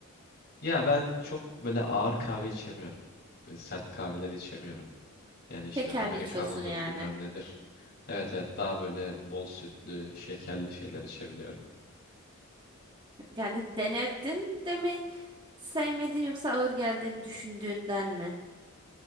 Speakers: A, on the left; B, on the right.
A: ya ben çok böyle ağır kahve içemiyorum. E, sert kahveler içemiyorum. Yani işte
B: Şekerli
A: Amerikanodur
B: içiyorsun yani.
A: bilmem nedir. Evet evet daha böyle bol sütlü, şekerli şeyler içebiliyorum.
B: Yani denedin de mi sevmedin yoksa ağır geldiğini düşündüğünden mi?